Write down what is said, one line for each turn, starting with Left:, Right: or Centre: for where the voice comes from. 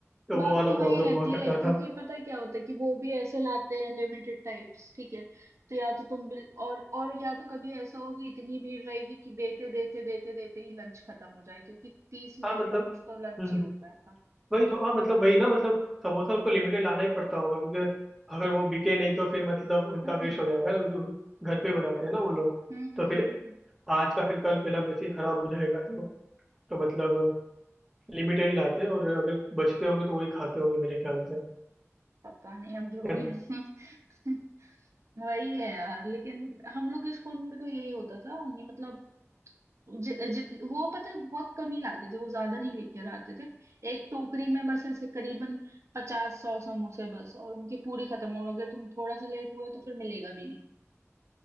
Centre: तो वो
Right: बात
Centre: वाला
Right: तो
Centre: प्रॉब्लम
Right: वही रहती
Centre: हुआ करता
Right: है
Centre: था
Right: क्योंकि पता है क्या होता है कि वो भी ऐसे लाते हैं लिमिटेड टाइप्स ठीक है तो या तो तुम बिल और और या तो कभी ऐसा होगी इतनी भीड़ रहेगी कि देते देते देते देते ही लंच खत्म हो जाए क्योंकि तीस मिनट
Centre: हाँ मतलब
Right: का कुछ तो लंच
Centre: हम्म, हम्म,
Right: ही होता था
Centre: वही तो हाँ मतलब वही ना मतलब समोसा उनको लिमिटेड लाना ही पड़ता होगा क्योंकि अगर वो बिके नहीं तो फिर मतलब उनका
Right: हम्म
Centre: वेस्ट हो जाएगा ना क्योंकि उन- घर पे ही बनाते हैं ना वो लोग
Right: हम्म
Centre: तो फिर
Right: हम्म,
Centre: आज का फिर कल मेरा वैसे ही खराब हो जाएगा तो तो मतलब लिमिटेड ही लाते हैं और अगर बचते होंगे तो वही खाते होंगे मेरे ख्याल से
Right: पता नहीं अब जो
Centre: है
Right: भी
Centre: ना
Right: है <laughs> वही है यार लेकिन हम लोग के स्कूल में भी तो यही होता था ये मतलब जि, जित वो पता है बहुत कम ही लाते थे वो ज्यादा नहीं लेकर आते थे एक टोकरी में बस ऐसे करीबन पचास सौ समोसे बस और उनके पूरे खत्म और अगर तुम थोड़ा सा लेट हुए तो फिर मिलेगा भी नहीं